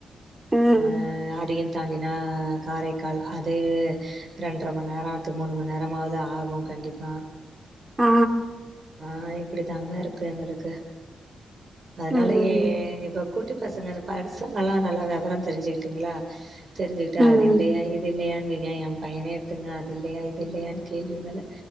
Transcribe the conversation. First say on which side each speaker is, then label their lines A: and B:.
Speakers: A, on the right; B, on the right.
A: ம்.
B: ஆ அதையு தாண்டினா காரைக்கால் அது ரெண்ர மண் நேரம் மூண் மண் நேரமாவது ஆகும் கண்டிப்பா
A: ஆ
B: ஆ இப்படிதாங்க இருக்கு எங்களுக்கு அதனாலயே
A: ம்.
B: ஏதோ குட்டி பசங்க இது படிச்சவங்கள்லா நல்லா வெவரம் தெரிஞ்சுக்கிட்டுங்ளா தெரிஞ்சுக்கிட்டு
A: ம்.
B: அது இல்லையா இது இல்லையா ஏ பையனே எடுத்துங்க அது இல்லையா இது இல்லையான்னு கேள்வி மேல